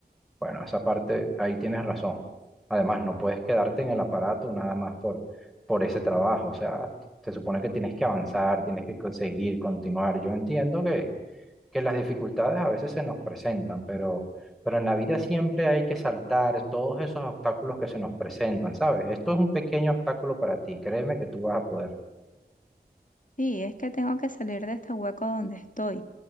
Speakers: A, in the centre; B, on the left (about 50°).
A: Bueno, esa parte, ahí tienes razón. Además, no puedes quedarte en el aparato nada más por, por ese trabajo, o sea, se supone que tienes que avanzar, tienes que seguir, continuar. Yo entiendo que que las dificultades a veces se nos presentan, pero, pero en la vida siempre hay que saltar todos esos obstáculos que se nos presentan, ¿sabes? Esto es un pequeño obstáculo para ti, créeme que tú vas a poder.
B: Sí, es que tengo que salir de este hueco donde estoy.